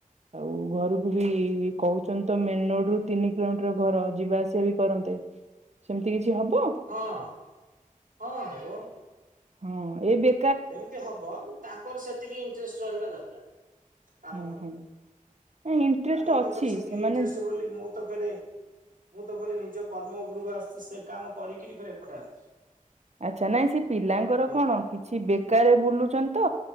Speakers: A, on the right (about 50°); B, on the right (about 75°).
A: ଆଉ ଘରକୁ ବି କୋହୁଚନ୍ତି ତ ମେନ ରୋଡରୁ ତିନି କିଲୋମିଟର ଘର ଯିବା ଆସିବା ବି କରନ୍ତେ। ସେମତି କିଛି ହବ?
B: ହଁ ହଁ ହବ।
A: ହଁ ଏଇ ବେ
B: ସେମିତି ହବ କିନ୍ତୁ ତାଙ୍କର ସେତିକି ଇଣ୍ଟରେଷ୍ଟ ରହିବା ଦରକାର କାମ
A: ହଁ
B: କରିବାର।
A: ହଁ ଇଣ୍ଟରେଷ୍ଟ
B: ଆଉ ମୋର
A: ଅଛି
B: ତ ଫେର ସେତିକି
A: ସେମାନେ
B: ଇଣ୍ଟରେଷ୍ଟ ବୋଲି ମୁଁ ମୁଁ ତ ଫେରେ ମୁଁ ତ ଫେରେ ନିଜ କର୍ମ ଉପରକୁ ଆସୁଚି ସେ କାମ କରିକିରି ଫେରେ ଏପଟରେ ଆସୁଚି।
A: ଆଚ୍ଛା ନାଇଁ ସେ ପିଲାଙ୍କର କଣ
B: ଟାଇମ
A: କି ଛି ବେକାରରେ ବୁଲୁଚନ୍ତି ତ